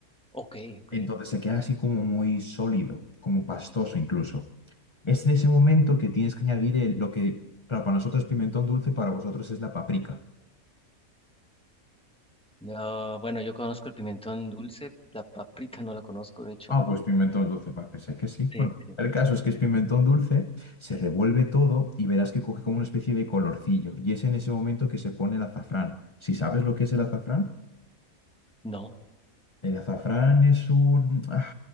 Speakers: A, in the centre; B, on the left (about 25°).
A: ok, ok.
B: Entonces se queda así como muy sólido, como pastoso incluso. Es en ese momento que tienes que añadir el- lo que, claro, para nosotros es pimentón dulce, para vosotros es la paprika.
A: No, bueno, yo conozco el pimentón dulce, la paprika no la conozco, de hecho.
B: Ah, pues pimentón dulce, va, pensé que sí.
A: Sí,
B: Bueno,
A: sí.
B: el caso es que es pimentón dulce, se revuelve todo y verás que coge como una especie de colorcillo. Y es en ese momento que se pone el azafrán. Si sabes lo que es el azafrán?
A: No,
B: El azafrán es un... ah,